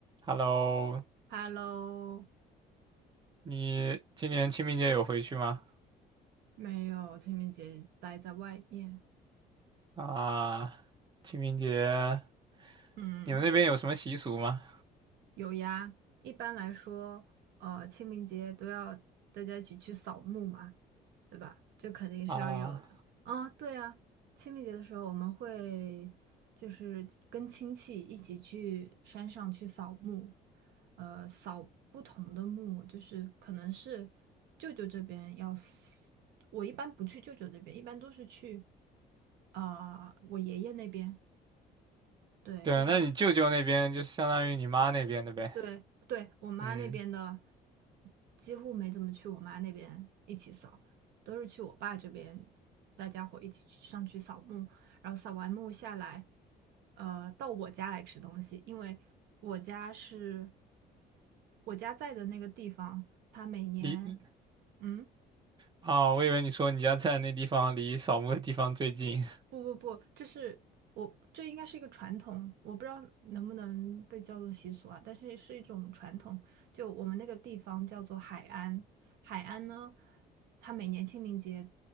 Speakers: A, on the right; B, on the right.
A: Hello，
B: Hello，
A: 你今年清明节有回去吗？
B: 没有，清明节待在外面。
A: 啊，清明节
B: 嗯，
A: 你们那边有什么习俗吗？
B: 有呀。一般来说，呃，清明节都要大家一起去扫墓嘛。对吧？这肯定是要有的。
A: 啊，
B: 啊，对啊，清明节的时候我们会就是跟亲戚一起去山上去扫墓，呃，扫不同的墓，就是可能是舅舅这边要死，我一般不去舅舅这边，一般都是去啊、我爷爷那边。对，
A: 对，
B: 一般。
A: 那你舅舅那边就相当于你妈那边的呗。
B: 对对，我妈那边的
A: 嗯，
B: 几乎没怎么去我妈那边一起扫，都是去我爸这边，大家伙一起去上去扫墓，然后扫完墓下来，呃，到我家来吃东西，因为我家是我家在的那个地方，它每年，
A: 离
B: 嗯。
A: 啊，我以为你说你家在那地方离扫墓的地方最近，
B: 不不不，这是我这应该是一个传统，我不知道能不能被叫做习俗啊，但是是一种传统。就我们那个地方叫做海安，海安呢，它每年清明节